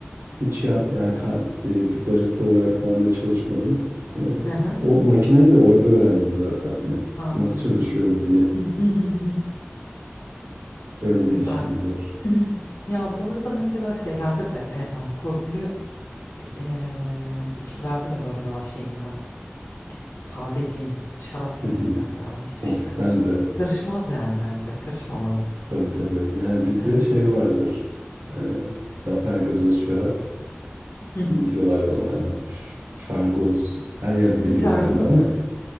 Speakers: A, on the right; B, on the left.
A: hiç yap yani ka eee, bir barista olarak falan da çalışmadım. Eee,
B: Hı hı,
A: o makineyi de orada öğrendim zaten hani
B: anladım.
A: nasıl çalışıyor bu diye.
B: <laughs>
A: Öyle
B: Güzel.
A: bir ilişkimiz var.
B: <clears throat> Ya bu arada mesela şeylerde de e, alkollü e, içkilerde de böyle daha şeyim ben. Sadeciyim. Şarap severim
A: Hı hı.
B: mesela. Hiçbir
A: Of
B: şey karış
A: ben de.
B: karışmaz yani bence. Karışmamalı.
A: Tabii tabii. Yani bizde
B: Evet.
A: şey vardır. Eee, zafer gazoz şarap.
B: <laughs>
A: Ne diyorlardı ona ya? Ş- şargoz. Her yerde
B: <laughs>
A: deniyor
B: Şarkımız.
A: galiba ama.